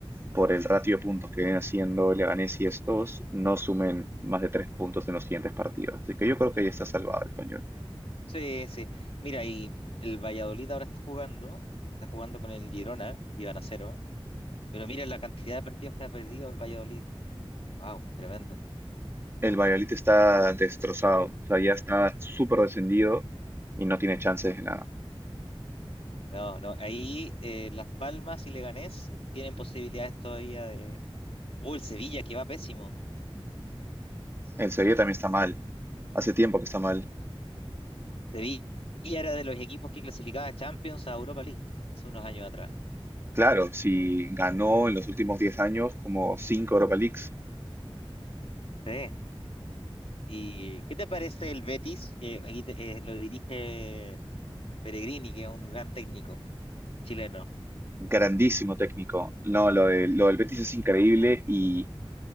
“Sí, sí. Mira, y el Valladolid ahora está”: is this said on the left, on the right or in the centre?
Left